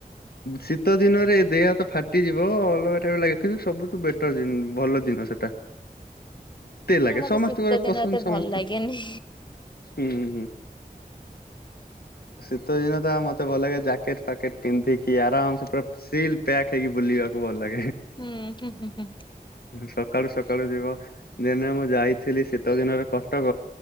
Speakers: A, on the left; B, on the left.
A: ଶୀତ ଦିନରେ ଦେହତ ଫାଟିଯିବ ଅଲଗା ଟାଇମ୍ ଲାଗେ କିନ୍ତୁ ସବୁଠୁ ବେଟର ଦି ଭଲ ଦିନ ସେଟା। ଲାଗେ
B: ଅ ମତେ
A: ସମସ୍ତଙ୍କର
B: ଶୀତ ଦିନ
A: ପସନ୍ଦ
B: ଏତ
A: ସମସ୍ତ
B: ଭଲ ଲାଗନି।
A: ହୁଁ ହୁଁ। ଶୀତ ଦିନ ତ ଆ ମତେ ଭଲ ଲାଗେ ଜାକେଟ ଫାକେଟ ପିନ୍ଧିକି ଆରାମ ସେ ପୁରା ସିଲ ପ୍ୟାକ୍ ହେଇକି ବୁଲିବାକୁ ଭଲ ଲାଗେ।
B: ହୁଁ ହୁଁ ହୁଁ ହୁଁ।
A: ହୁଁ, ସକାଳୁ ସକାଳୁ ଯିବ ଦିନେ ମୁଁ ଯାଇଥିଲି ଶୀତ ଦିନରେ କଟକ।